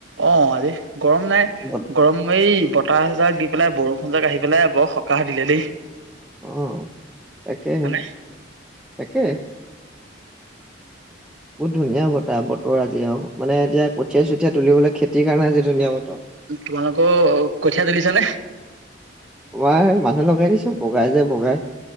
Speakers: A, on the right; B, in the centre.
A: অ', আজি গৰম নাই।
B: বত
A: গৰম এই বতাহজাক দি পেলাই বৰষুণ জাক আহি পেলাই বৰ সকাহ দিলে দেই।
B: অ', তাকে
A: হয়নে?
B: তাকে।
A: <inaudible>
B: বহুত ধুনীয়া বতাহ বতৰ আজি আৰু মানে এতিয়া কঠিয়াই চঠিয়াই তুলিবলৈ খেতিৰ কাৰণে আজি ধুনীয়া বতৰ।
A: তোমালোকৰ কঠীয়া তুলিছা নে?
B: মই মানুহ লগাই দিছো বগাই যে বগাই।